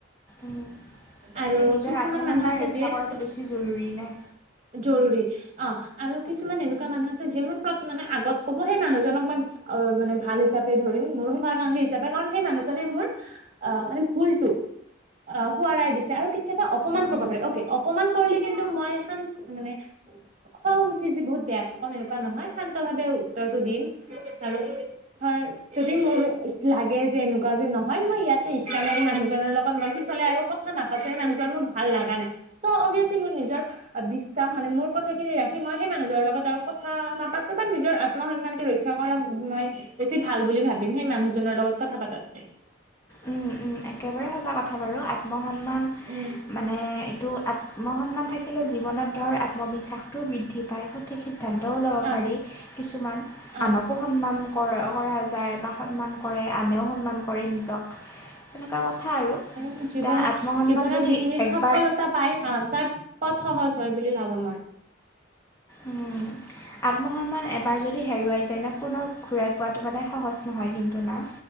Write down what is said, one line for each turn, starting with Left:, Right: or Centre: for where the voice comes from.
Left: উম, সেইটোৱে
Right: আৰু
Left: নিজৰ
Right: কিছুমান
Left: আত্মসন্মান
Right: মানুহ আছে
Left: ৰক্ষা
Right: যিয়ে
Left: কৰাটো বেছি জৰুৰী না।
Right: জৰুৰী অ আৰু কিছুমান এনেকুৱা মানুহ আছে যিবোৰ মানে আগত কব সেই মানুহজনক মই অ মানে ভাল হিচাপে ধৰিম মোৰ শুভকাংক্ষী হিচাপে কাৰণ সেই মানুহ জনে মোৰ আহ মানে ভুলটো অ শুৱৰাই দিছে আৰু কেতিয়াবা অপমান
Left: উম
Right: কৰিব পাৰে অকে অপমান কৰিলি কিন্তু মই শান মানে খং উঠি যি বহুত বেয়াকে কম এনেকুৱা নহয় শান্ত ভাৱে উত্তৰটো দিম আৰু ধৰ যদি মোৰ লাগে যে এনেকুৱা যে নহয় মই ইয়াতে ইচ্ছা নাই মানুহজনৰ লগত মই পিচলে আৰু কথা নাপাতে মানুহজন মোৰ ভাল লাগা নাই ত অভিয়াচলি মোৰ নিজৰ বিশ্বাস মানে মোৰ কথাখিনি ৰাখি মই সেই মানুহজৰ লগত আৰু কথা না পাতো বা নিজৰ আত্ম সন্মানটো ৰক্ষা কৰা মই বেছি ভাল বুলি ভাবিম সেই মানুহজনৰ লগত কথা পাতাতকে।
Left: উম উম একেবাৰে সঁচা কথা বাৰু আত্মসন্মান
Right: উম
Left: মানে এইটো আ ত্মসন্মান থাকিলে জীৱনত ধৰ আত্মবিশ্বাসটো বৃদ্ধি পায় সঠিক সি দ্ধান্তও ল'ব
Right: আহ
Left: পাৰি কিছুমান
Right: আহ
Left: আনকো সন্মান কৰা কৰা যায় বা সন্মান কৰে আনেও সন্মান কৰে নিজক তেনেকুৱা কথা আৰু।
Right: উম জীৱনত
Left: এতিয়া আত্মসন্মান
Right: জীৱনত
Left: যদি
Right: যিখিনি
Left: একবাৰ
Right: সফলতা পাই ন তাৰ পথ সহজ হয় বুলি ভাবো মই।
Left: উম। আত্মসন্মান এবাৰ যদি হেৰুৱাই যায় না, পুনৰ ঘূৰাই পোৱাটো মানে সহজ নহয় কিন্তু না।